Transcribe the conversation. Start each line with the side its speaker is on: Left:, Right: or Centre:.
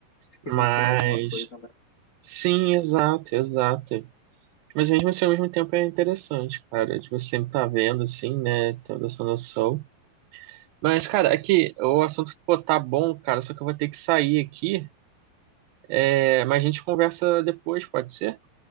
Left: de querer
Right: Mas.
Left: ensinar alguma coisa, né?
Right: Sim, exato, exato. Mas mesmo assim, ao mesmo tempo é interessante, cara. Tipo, você sempre tá vendo, assim, né? Tendo essa noção. Mas, cara, aqui, o assunto, pô, tá bom, cara, só que eu vou ter que sair aqui. É, mas a gente conversa depois, pode ser?